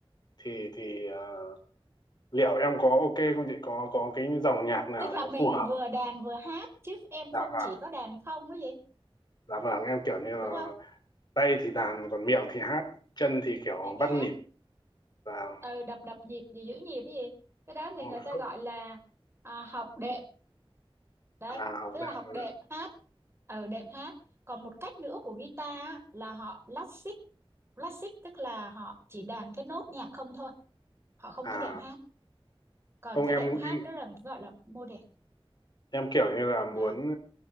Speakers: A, on the left; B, on the right.
A: thì thì ờ, liệu em có ok không chị có có cái dòng nhạc nào
B: tức là
A: nó
B: mình
A: phù hợp
B: vừa đàn vừa hát chứ em
A: dạ
B: không
A: vâng
B: chỉ có đàn không cái gì
A: dạ vâng em kiểu như là
B: đúng không
A: tay thì đàn còn miệng thì hát chân thì kiểu
B: những cái
A: bắt
B: hát
A: nhịp và
B: ừ, đập đập nhịp gì giữ nhịp cái gì cái đó thì người
A: không
B: ta gọi là à, học đệm đấy
A: à học
B: tức là
A: dạng
B: học
A: luôn
B: đệm
A: ạ
B: hát ở đệm hát còn một cách nữa của guitar á, là họ classic classic tức là họ chỉ đàn cái nốt nhạc không thôi họ không
A: à
B: có đệm hát còn
A: không
B: cái
A: em
B: đệm
A: em
B: hát đó là gọi là mô đệm
A: em kiểu như là muốn
B: đó